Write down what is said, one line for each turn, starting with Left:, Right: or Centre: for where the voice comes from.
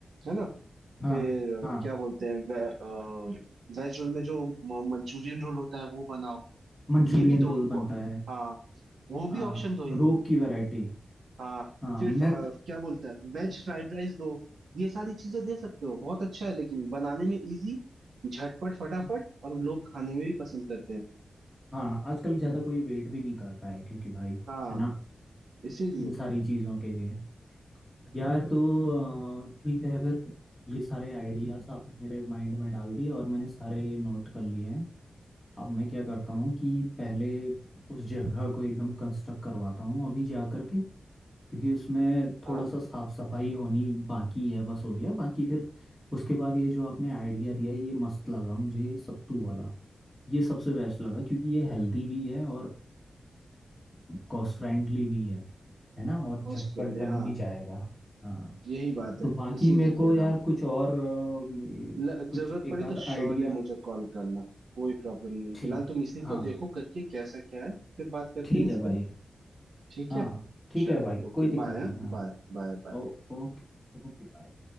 Right: है ना
Centre: हाँ
Right: फिर अ,
Centre: हाँ
Right: क्या बोलते हैं वे, वेज रोल में जो मंचूरियन रोल होता है वो बनाओ
Centre: मंचूरियन
Right: ये भी दो
Centre: रोल
Right: उनको
Centre: बनता है
Right: हाँ वो
Centre: हाँ
Right: भी ऑप्शन दो इनको
Centre: रोप की वैरायटी
Right: हाँ
Centre: हाँ
Right: सिर्फ
Centre: मैं
Right: अ, क्या बोलता है वेज फ्राइड राइस दो ये सारी चीजें दे सकते हो बहुत अच्छा है लेकिन बनाने में इजी झटपट फटाफट और लोग खाने में भी पसंद करते हैं
Centre: हाँ आजकल ज़्यादा कोई वेट भी नहीं करता है क्योंकि भाई
Right: हाँ
Centre: है ना
Right: इसीलिए
Centre: इन सारी चीज़ों के लिए यार तो अ, ठीक है फिर ये सारे आइडियाज़ आपने मेरे माइंड में डाल दिए और मैंने सारे नोट कर लिए हैं अब मैं क्या करता हूँ कि पहले उस जगह को एकदम कंस्ट्रक्ट करवाता हूँ अभी जा करके क्योंकि उसमें
Right: हाँ
Centre: थोड़ा सा साफ सफाई होनी बाकी है बस हो गया बाकी फिर उसके बाद ये जो आपने आइडिया दिया है, ये मस्त लगा मुझे ये सत्तू वाला ये सबसे बेस्ट लगा क्योंकि ये हेल्दी भी है और कॉस्ट फ्रेंडली भी है है ना और
Right: हॉस्पिटल
Centre: झटपट बन
Right: हाँ
Centre: भी जाएगा हाँ
Right: यही बात है
Centre: तो बाकी
Right: इसीलिए
Centre: मेरे को
Right: कह रहा
Centre: यार
Right: हूँ
Centre: कुछ और अ, ये,
Right: ल-
Centre: कुछ
Right: जरूरत
Centre: एक
Right: पड़े
Centre: आध
Right: तो श्योरली
Centre: आइडिया
Right: मुझे कॉल करना कोई प्रॉब्लम नहीं
Centre: ठीक
Right: फिलहाल तुम इसी
Centre: हाँ
Right: को देखो करके कैसा क्या है फिर बात करते
Centre: ठीक
Right: हैं इस
Centre: है भाई
Right: पे ठीक
Centre: हाँ
Right: है
Centre: हाँ ठीक
Right: चल
Centre: है भाई
Right: ओके
Centre: कोई दिक्कत
Right: बाय हाँ
Centre: नहीं हाँ
Right: बाय बाय बाय
Centre: ओ ओके ओके बाय